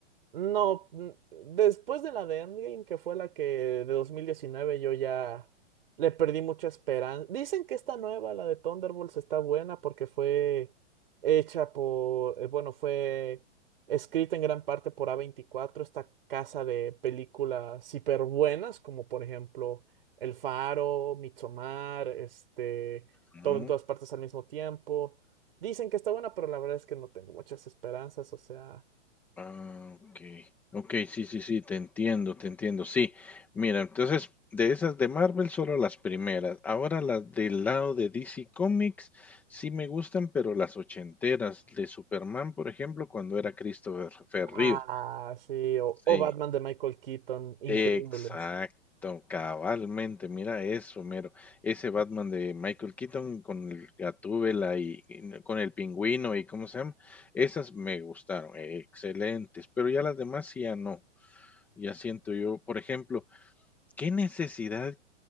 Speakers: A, on the right; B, in the centre.
A: No, mm, después de la de Endgame, que fue la que de 2019 yo ya le perdí mucha esperanza. Dicen que esta nueva, la de Thunderbolts, está buena porque fue hecha por, eh, bueno, fue escrita en gran parte por a veinticuatro, esta casa de películas hiper buenas, como por ejemplo El Faro, Midsommar, este,
B: Ujú.
A: todo en todas partes al mismo tiempo. Dicen que está buena, pero la verdad es que no tengo muchas esperanzas, o sea...
B: Ah, ok. Ok, sí, sí, sí, te entiendo, te entiendo. Sí, mira, entonces de esas de Marvel solo las primeras. Ahora las del lado de DC Comics sí me gustan, pero las ochenteras de Superman, por ejemplo, cuando era Christopher
A: Ah,
B: Reeve.
A: sí, o,
B: Sí,
A: o Batman de Michael Keaton, increíbles.
B: exacto, cabalmente. Mira eso, mero. Ese Batman de Michael Keaton con el Gatúbela y y n- con el pingüino y cómo se llama. Esas me gustaron, eh, excelentes, pero ya las demás sí ya no. Ya siento yo, por ejemplo, ¿qué necesidad